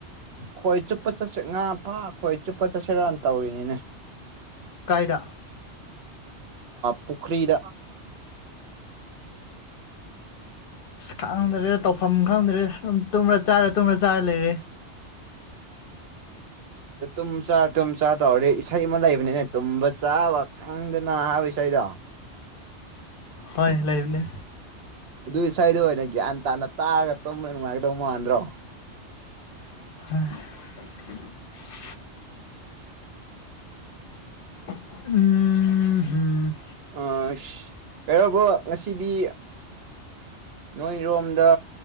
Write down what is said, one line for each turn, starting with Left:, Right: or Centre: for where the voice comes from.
Right: ꯈꯣꯏ ꯆꯨꯞꯄ ꯆꯠꯁꯤ ꯉꯥ ꯐꯥ ꯈꯣꯏ ꯆꯨꯞꯄ ꯆꯠꯁꯤ ꯔꯥꯟ ꯇꯧꯔꯤꯅꯤꯅꯦ
Left: ꯀꯥꯏꯗ
Right: ꯄꯨꯨꯈ꯭ꯔꯤꯗ
Left: ꯈꯪꯗ꯭ꯔꯦ ꯇꯧꯐꯝ ꯈꯪꯗ꯭ꯔꯦ ꯇꯨꯝ꯭ꯔ ꯆꯥꯔ ꯇꯨꯝꯔ ꯆꯥꯔ ꯂꯩꯔꯦ
Right: ꯑ ꯇꯨꯝ ꯆꯥ ꯇꯨꯝ ꯆꯥ ꯇꯧꯗꯤ ꯏꯁꯩ ꯑꯃ ꯂꯩꯕꯅꯤꯅꯦ ꯇꯨꯝꯕ ꯆꯥꯕ ꯈꯪꯗꯅ ꯍꯥꯏꯕ ꯏꯁꯩꯗ ꯇ
Left: ꯍ ꯂꯩꯕꯅꯦ
Right: ꯑꯗꯨꯏ ꯁꯋꯥꯏꯗ ꯑꯣꯏꯅ ꯒ꯭ꯌꯥꯟ ꯇꯥꯅ ꯇꯥꯔꯒ ꯇꯨꯝꯕ ꯅꯨꯡꯉꯥꯏꯒꯗꯧ ꯃꯥꯟꯗ꯭ꯔꯣ
Left: ꯑ ꯎꯝ ꯎꯝ
Right: ꯑ ꯀꯩꯔꯕ ꯉꯁꯤꯗꯤ ꯅꯣꯏꯔꯣꯝꯗ